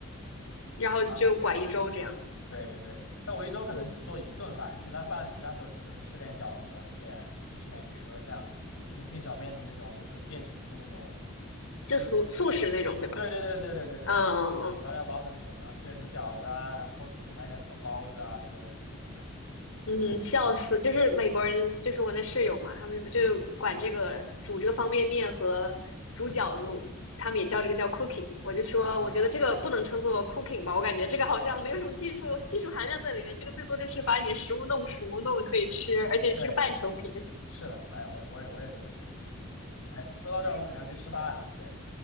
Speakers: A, on the left (about 85°); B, on the left (about 70°).
A: 然后就管一周这样。
B: 啊，对对对，但我一周可能只做一顿饭，
A: 嗯，
B: 其他饭其他时候，比如吃点饺子，吃点吃点，比如说像什么重庆小面的那种，就是变就是那种
A: 就素素食那种，
B: 就
A: 对吧？
B: 对对对对对对对对，
A: 嗯
B: 自己给调料包的那种，然后吃点什么饺子啊，然后 Costco 去买点什么包子啊之类的，就这种感觉
A: 嗯，嗯，笑死！就是美国人，就是我那室友嘛，他们就管这个煮这个方便面和煮饺子，
B: 啊
A: 他们也叫这个叫 cooking。我就说，
B: 啊，
A: 我觉得这个不能称作 cooking 吧，我感觉这个好像没有什么技术技术含量在里面，这个最多就是把你的食物弄熟，弄得可以吃，而且是个半成品。
B: 对，是的，哎，我也我也我也这么觉得。哎，说到这儿，我可能要去吃饭了，对，